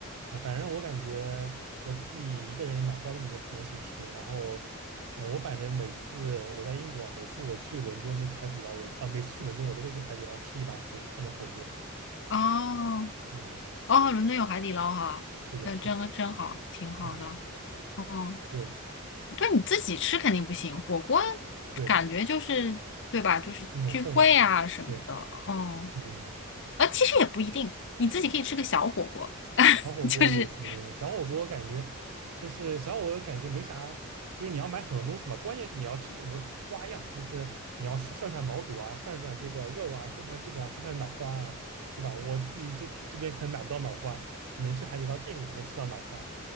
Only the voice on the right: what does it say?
哎，反正我感觉我自己一个人也买不到那么多东西吃。然后，呃，我反正每次我在英国，每次我去伦敦那个海底捞，我啊、每次去伦敦我都会去海底捞吃一把火，它的火锅。
嗯，
是的，
是的，
嗯，
对
对，
那种氛围，对，
嗯。
小火锅也行，
小火锅感觉就是小火锅感觉没啥，就是你要买很多东西嘛，关键是你要吃不同的花样，就是你要涮涮涮毛肚啊，涮涮这个肉啊，涮涮这个啊，涮涮脑花啊，对吧？我自己这这边可能买不到脑花，只能去海底捞店里才能吃到脑花。